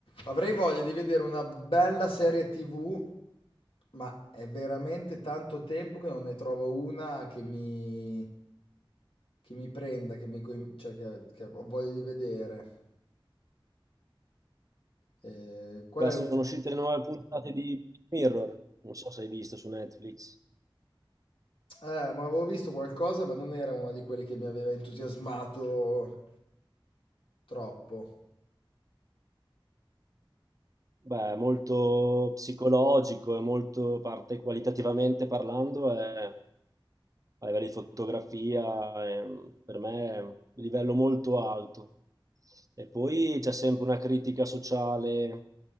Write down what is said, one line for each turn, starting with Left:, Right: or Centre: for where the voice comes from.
Left: Avrei voglia di vedere una bella serie TV, ma è veramente tanto tempo che non ne trovo una che mi, che mi prenda, che mi, coin- cioè, che, che ho voglia di vedere. Eh, qual
Right: Beh,
Left: è
Right: sono
Left: l'ultima?
Right: uscite le nuove puntate di Mirror, non so se hai visto su Netflix.
Left: Eh, ma avevo visto qualcosa, ma non era una di quelle che mi aveva entusiasmato troppo.
Right: Beh, è molto psicologico e molto parte qualitativamente parlando, è, a livello di fotografia, è- per me è un livello molto alto. E poi c'è sempre una critica sociale